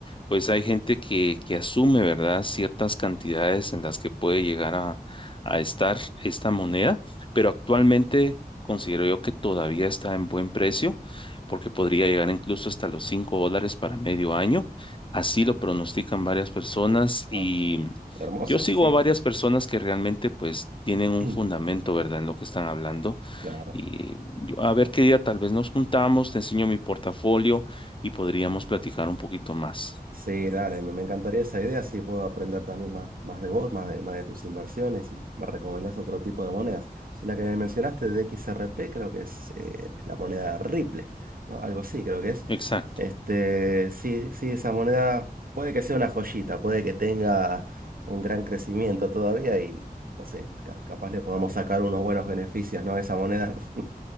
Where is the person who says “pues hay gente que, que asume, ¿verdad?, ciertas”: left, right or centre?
Left